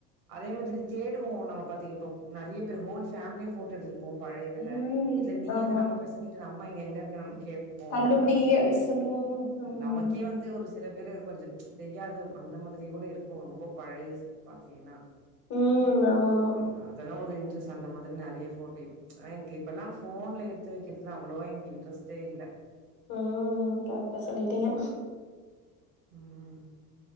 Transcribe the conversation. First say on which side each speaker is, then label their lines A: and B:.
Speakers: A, on the right; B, on the left.
A: அதே மாதிரி தேடுவோ நம்ம பாத்தீங்க இப்ப நெறைய பேர் ஹோல் ஃபேமிலியா ஃபோட்டோ எடுத்துட் ருப்போ பழய இதுல
B: ம்.
A: இதுல நீ
B: ஆமா.
A: எங்க நம்ப பெசங்கிட்டு ந அம்மா இங்க எங்க இருக்க கேக்கு
B: கண்டுபிடி
A: கண்டுபுடிக்கெ சொல்லுவோ
B: அப்டி சொல்லுவோம் ஆமா
A: நமக்கே
B: ஆமா
A: வந்து ஒரு சில பேரு கொஞ்ச தெரியாது அந்த மாதிரி கூட இருக்கு ரொம்ப பழைசு ப சேனா
B: ம் ஆமா ஆமா
A: அந் அதெல்லா ஒரு இன் இன்டரெஸ்ட் அந்த மாதிரி நெறைய போட்டே எடு ச்ச் எனக்கு இப்பல்லா போன்ல எடுத்து வெக்கிறதுலா அவ்ளோவ எனக்கு இன்டரெஸ்ட்டே இல்ல
B: ம் கரெக்ட்டா சொல்லிட்டீங்க
A: ம்